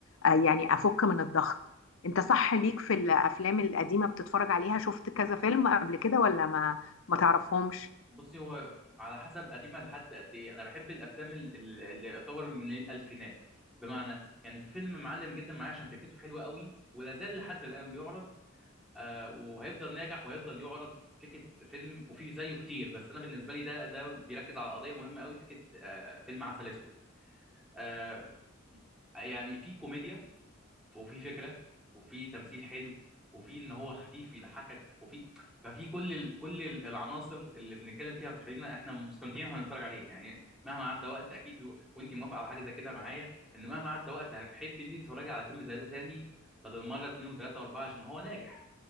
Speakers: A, on the left; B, in the centre.
A: آه، يعني افك من الضغط انت صح ليك في الافلام القديمه بتتفرج عليها شفت كذا فيلم قبل كده ولا ما ما تعرفهمش
B: بصي هو على حسب قديمه لحد قد ايه انا بحب الافلام ال- ال- اللي يعتبر من الالفينات بمعنى يعني في فيلم معلم جدا معايا عشان فكرته حلوه قوي ولا زال لحد الان بيعرض آه، وهيفضل ناجح وهيفضل يعرض فكره فيلم وفي زيه كتير بس انا بالنسبه لي ده ده بيركز على قضيه مهمه قوي فكره آه، فيلم عسل اسود آه، يعني في كوميديا وفي فكره وفي تمثيل حلو وفي ان هو خفيف يضحكك وفي ففي كل ال... كل ال- العناصر اللي بنتكلم فيها بتخلينا احنا مستمتعين واحنا بنتفرج عليه يعني مهما عدى وقت اكيد و... وانت موافقه على حاجه زي كده معايا ان مهما عدى وقت هتحبي ان انت تتفرجي على فيلم زي ده تاني بدل مره اتنين وتلاته واربعه عشان هو ناجح